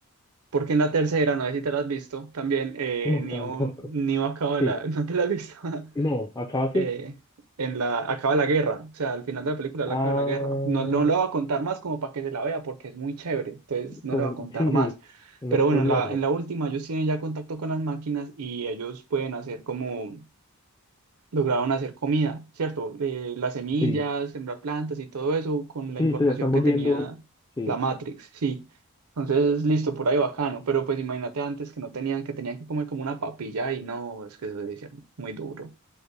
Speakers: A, on the right (about 75°); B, on the left (about 15°).
A: Porque en la tercera, no sé si te la has visto, también eh,
B: No,
A: Neo,
B: <laughs> tampoco.
A: Neo acaba
B: Sí,
A: la... <laughs> ¿No te la has visto? <laughs>
B: no, acá sí.
A: Eh, en la... Acaba la guerra. O sea, al final de la película él
B: Ah,
A: acaba la guerra. No, no lo voy a contar más como para que se la vea porque es muy chévere. Entonces no
B: por
A: le voy
B: in-
A: a contar
B: sí,
A: más.
B: sí, no
A: Pero
B: spoilearme.
A: bueno, en la, en la última ellos tienen ya contacto con las máquinas y ellos pueden hacer como lograron hacer comida, ¿cierto? Eh, las semillas,
B: Sí,
A: sembrar plantas y todo eso con la
B: sí,
A: información
B: se están
A: que
B: volviendo,
A: tenía
B: sí,
A: la Matrix, sí. Entonces, listo, por ahí bacano, pero pues imagínate antes que no tenían, que tenían que comer como una papilla y no, es que eso debe ser muy duro,